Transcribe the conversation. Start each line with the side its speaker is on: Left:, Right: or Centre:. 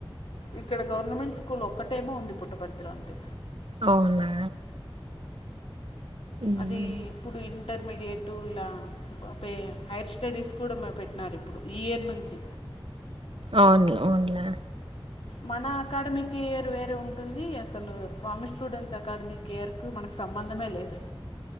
Left: ఇక్కడ గవర్నమెంట్ స్కూల్ ఒక్కటేమో ఉంది పుట్టపర్తిలో అంతే
Right: అవునా హ్మ్.
Left: అది ఇప్పుడు ఇంటర్మీడియట్ ఇలా పే హైర్ స్టడీస్ కూడా పెట్టినారు ఇప్పుడు ఈ ఇయర్ నుంచి
Right: అవును అవున్లే
Left: మన అకాడమికి ఇయర్ వేరే ఉంటుంది అసలు స్వామి స్టూడెంట్స్ అకాడమకి ఇయర్ క మనకి సంబంధమే లేదు